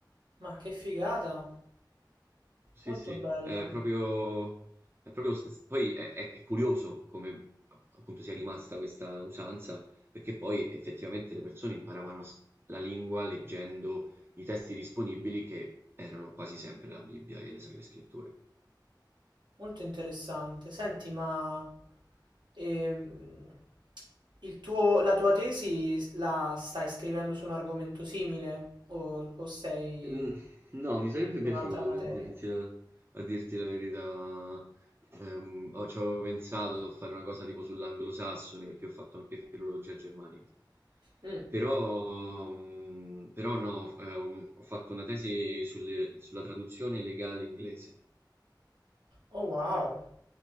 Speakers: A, on the right; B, on the right.
A: Ma che figata,
B: Sì,
A: molto
B: sì,
A: bello.
B: è proprio, è proprio s- s- poi è, è- è curioso come app- appunto sia rimasta questa usanza, perché poi effettivamente le persone imparavano a s- la lingua leggendo i testi disponibili che erano quasi sempre la Bibbia e le Sacre Scritture.
A: Molto interessante. Senti, ma ehm, il tuo- la tua tesi s- la stai scrivendo su un argomento simile o, o sei
B: Mm, No, mi sarebbe
A: su
B: piaciuto
A: un'altra materia?
B: di- a dirti la, a dirti la verità. Ehm, ho- ci avevo pensato a fare una cosa tipo sull'anglosassone perché ho fatto anche filologia germanica.
A: Mm.
B: Però, mhmm, però no, f ehm, ho fatto una tesi sul sulla traduzione legale inglese,
A: Oh wow,